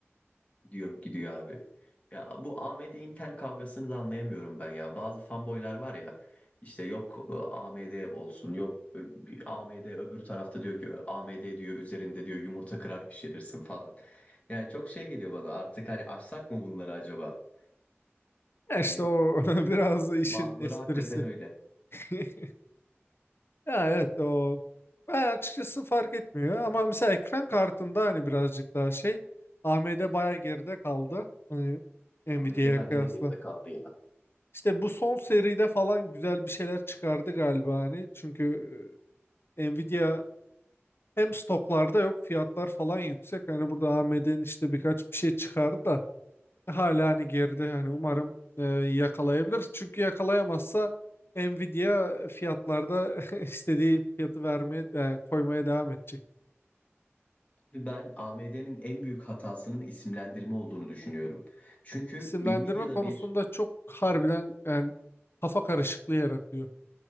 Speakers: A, on the left (about 30°); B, on the left (about 55°).
A: Gidiyor, gidiyor abi. Ya bu AMD Intel kavgasını da anlayamıyorum ben ya. Bazı fanboylar var ya işte yok e, AMD olsun yok e, AMD öbür tarafta diyor ki e, AMD diyor üzerinde diyor yumurta kırar pişirirsin falan. Yani çok şey geliyor bana artık hani açsak mı bunları acaba?
B: Ya
A: Yani
B: işte o <laughs> biraz işin
A: bazıları
B: esprisi.
A: hakikaten öyle.
B: <laughs> Ya evet o ben açıkçası fark etmiyor ama mesela ekran kartında hani birazcık daha şey AMD baya geride kaldı hani Nvidia'ya
A: AMD bence
B: kıyasla.
A: de geride kaldı ya.
B: İşte bu son seride falan güzel bir şeyler çıkardı galiba hani çünkü e, Nvidia hem stoklarda yok fiyatlar falan yüksek hani burada AMD'nin işte birkaç bir şey çıkardı da hala hani geride hani umarım e, yakalayabilir. Çünkü yakalayamazsa Nvidia fiyatlarda <laughs> istediği fiyatı vermeye e, koymaya devam edecek.
A: Ben AMD'nin en büyük hatasının isimlendirme olduğunu düşünüyorum. Çünkü
B: İsimlendirme
A: Nvidia'da
B: konusunda
A: bir
B: çok harbiden yani kafa karışıklığı yaratıyor.